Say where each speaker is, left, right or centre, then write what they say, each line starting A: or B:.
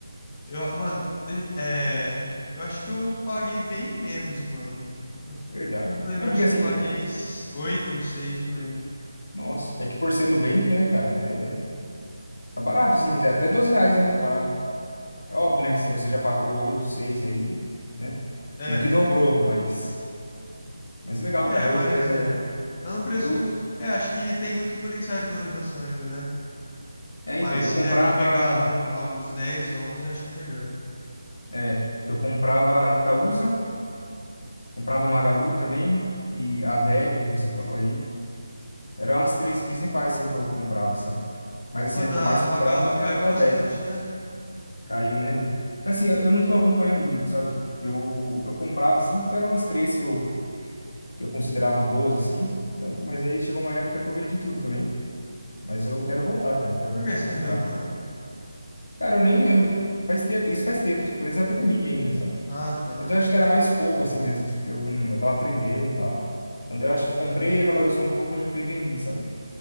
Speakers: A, on the left; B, on the left.
A: Eu, mano, de- é, eu acho que eu paguei bem menos, mano.
B: Verdade.
A: Não lembro,
B: É porque
A: acho que
B: assim,
A: eu paguei
B: é-
A: 8 ou 6, não lembro.
B: nossa, é que por ser Nubank, né, cara, é, tá barato, assim, até até 12 reais, né, tá barato. É óbvio, né, que se você já pagou 8 6 aí, né,
A: É.
B: meio que dobrou, mas, mas legal,
A: É,
B: cara, eu,
A: mas
B: é,
A: é, tá num preço.
B: eu,
A: É, acho que tem muito potencial de valorização ainda, né?
B: é,
A: Mas
B: então, eu
A: se
B: comprava,
A: der pra pegar num, aos 10, 11, acho que é melhor.
B: é, eu comprava Itaúsa, comprava Magalu também, e a VEG, que você falou aí, eram as três principais, assim, que eu comprava, sabe? Mas, assim,
A: Mano,
B: a que
A: a
B: eu mais
A: Magalu
B: comprava
A: caiu
B: era da
A: bastante,
B: VEG.
A: né?
B: Caiu, né? velho? Assim, eu, eu não tô acompanhando muito, sabe? Eu, eu comprava, assim, porque eram as três que eu, que eu considerava boas, assim. Então, mas aí chegou uma época que eu vendi tudo também. Mas eu quero voltar, cara. Eu quero
A: Por
B: voltar
A: que você
B: a comprar.
A: vendeu, mano?
B: Cara, eu nem lembro. Faz tempo, isso faz tempo, tipo, antes da pandemia ainda, sabe?
A: Ah, tá.
B: Mas eu acho que era mais fogo, assim mesmo, porque eu, não, eu tava aprendendo e tal. Quando eu acho que eu comprei,
A: Aham.
B: valorizou um pouco, eu já fui e vendi, sabe?